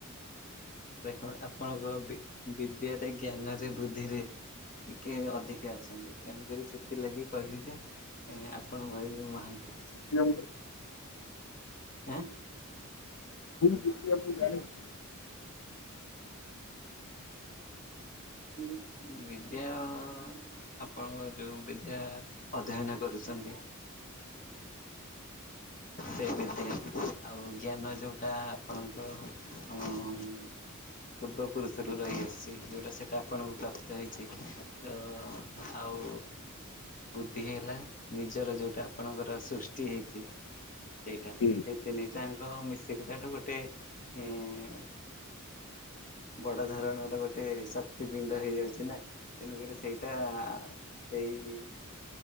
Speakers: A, on the left; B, on the left.
A: ଦେଖନ୍ତ ଆପଣଙ୍କ ବିଦ୍ୟାାରେ ଜ୍ଞାନରେ ବୃଦ୍ଧିରେ। ଟିକେ ଅଧିକା ଅଛନ୍ତି ତେଣୁକରି ସେଥି ସେଥି ଲାଗି କହିଲି ଯେ ଏଁ ଆପଣଙ୍କ ଭଳି ମହାନ ପୁରୁଷ।
B: <inaudible> କୋଉ
A: ଆଁ
B: ବିଦ୍ୟା ମୁଁ ଜାଣିଛି।
A: ଉଁ ବିଦ୍ୟା। ଆପଣଙ୍କ ଯୋଉ ବିଦ୍ୟା ଅଧ୍ୟୟନ କରୁଛନ୍ତି। ସେଇ ବିଦ୍ୟା ଆଉ ଜ୍ଞାନ ଯୋଉଟା ଆପଣଙ୍କ ଉଁ। ପୂର୍ବ ପୁରୁଷରୁ ରହି ଆସିଛି ଯୋଉ‌ ଟା ସେଇଟା ଆପଣଙ୍କୁ ପ୍ରାପ୍ତ ହେଇଛି ତ। ଆଉ ବୁଦ୍ଧି ହେଲା ନିଜର ଯୋଉଟା ଆପଣଙ୍କର ସୃଷ୍ଟି ହେଇଛି। ସେଇଟା
B: ହୁଁ
A: ସେଇ ତିନିଟାଆଙ୍କ ମିଶି ଗଲାରୁ ଗୋଟେ ଏଁ। ବଡ ଧରଣର ଗୋଟେ ଶକ୍ତି ପିଣ୍ଡ ହେଇଯାଉଛି ନା ତେଣୁକରି ସେଇଟା ସେଇ